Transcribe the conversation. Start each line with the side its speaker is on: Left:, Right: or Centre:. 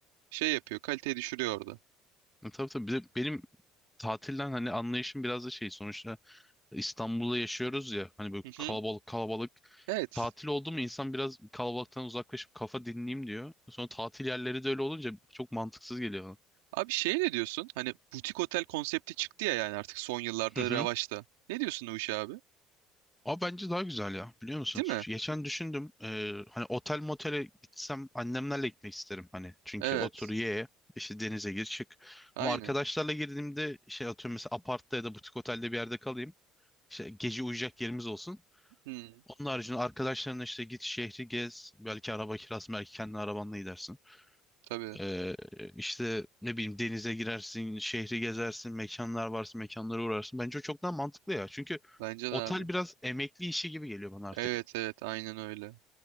Right: şey yapıyor, kaliteyi düşürüyor orada.
Centre: E Tabii tabii. Bir de benim tatilden hani anlayışım biraz da şey sonuçta İstanbul'da yaşıyoruz ya hani böyle
Right: Hı
Centre: kalabalık
Right: hı.
Centre: kalabalık
Right: Evet.
Centre: tatil oldu mu insan biraz kalabalıktan uzaklaşıp kafa dinleyeyim diyor. Sonra tatil yerleri de öyle olunca çok mantıksız geliyor bana.
Right: Abi şey ne diyorsun? Hani butik otel konsepti çıktı ya yani artık son yıllarda
Centre: Hı hı.
Right: revaçta. Ne diyorsun o işe abi?
Centre: Ama bence daha güzel ya biliyor musun?
Right: Değil
Centre: Şu-
Right: mi?
Centre: Geçen düşündüm eee, hani otel motele gitsem annemlerle gitmek isterim hani. Çünkü
Right: Evet.
Centre: otur ye işte denize gir çık.
Right: Aynen.
Centre: Ama arkadaşlarla girdiğimde şey atıyorum mesela apartta ya da butik otelde bir yerde kalayım. İşte gece uyuyacak yerimiz olsun.
Right: Hmm.
Centre: Onun haricinde arkadaşlarına işte git şehri gez. Belki araba kirası, belki kendi arabanla gidersin.
Right: Tabii.
Centre: Ee, işte ne bileyim denize girersin, şehri gezersin, mekanlar varsa mekanlara uğrarsın. Bence o çok daha mantıklı ya. Çünkü
Right: Bence
Centre: otel
Right: de abi.
Centre: biraz emekli işi gibi geliyor bana artık.
Right: Evet evet aynen öyle.